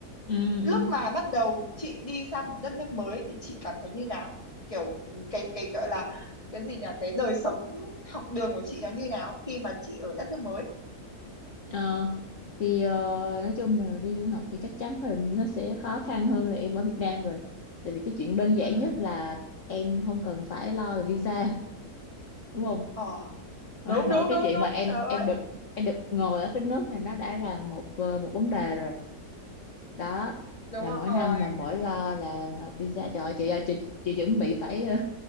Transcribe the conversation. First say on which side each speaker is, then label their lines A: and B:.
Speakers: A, on the left; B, on the left.
A: ừ ừ
B: lúc mà bắt đầu chị đi sang một đất nước mới thì chị cảm thấy như nào kiểu cái cái gọi là cái gì nhỉ cái đời sống học đường của chị nó như nào khi mà chị ở đất nước mới
A: Ờ, thì ờ, nói chung là đi du học thì chắc chắn là nó sẽ khó khăn hơn là em ở Việt Nam rồi tại vì cái chuyện đơn
B: ừ
A: giản nhất là em không cần phải lo về visa đúng không
B: ờ
A: <laughs>
B: đúng
A: nói
B: đúng
A: cái
B: đúng
A: chuyện
B: đúng
A: mà em
B: trời ơi
A: em được em được ngồi ở cái nước này nó đã là một ờ, một vấn đề rồi đó
B: đúng
A: là mỗi
B: rồi
A: năm là mỗi lo là nộp visa trời ơi, chị ơi chị, chị chuẩn bị phải ờ,